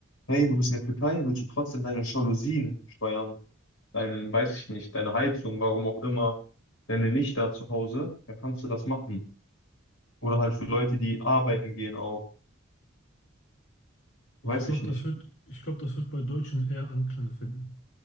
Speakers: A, on the left; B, on the left.
A: hey, du bist in der Türkei, willst du trotzdem deine Jalousien steuern, dein, weiß ich nicht, deine Heizung, warum auch immer, deine Lichter zu Hause, dann kannst du das machen. Oder halt für Leute, die arbeiten gehen auch, weiß
B: Ich glaube,
A: ich nicht.
B: das wird, ich glaube, das wird bei Deutschen eher Anklang finden.